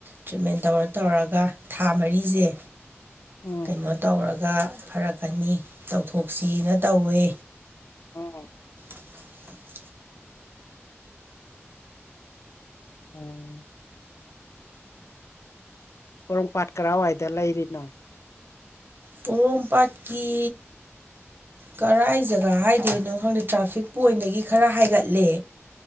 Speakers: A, on the right (about 50°); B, on the left (about 85°).
A: ꯇ꯭ꯔꯤꯠꯃꯦꯟ ꯇꯧꯔ ꯇꯧꯔꯒ ꯊꯥ ꯃꯔꯤꯁꯦ
B: ꯎꯝ
A: ꯀꯩꯅꯣ ꯇꯧꯔꯒ ꯒ ꯐꯔꯛꯀꯅꯤ ꯇꯧꯊꯣꯛꯁꯤꯅ ꯇꯧꯋꯦ
B: ꯎꯝ
A: <unintelligible>
B: ꯑꯣ ꯄꯣꯔꯣꯝꯄꯥꯠ ꯀꯗꯥꯋꯥꯏꯗ ꯂꯩꯔꯤꯅꯣ
A: ꯄꯣꯔꯣꯝꯄꯥꯥꯠꯀꯤ ꯀꯔꯥꯏ ꯖꯒꯥ ꯍꯥꯏꯗꯣꯏꯅꯣ ꯈꯪꯗꯦ ꯇ꯭ꯔꯥꯐꯤꯛ ꯄꯣꯏꯟꯗꯒꯤ ꯈꯔ ꯍꯥꯏꯒꯠꯂꯦ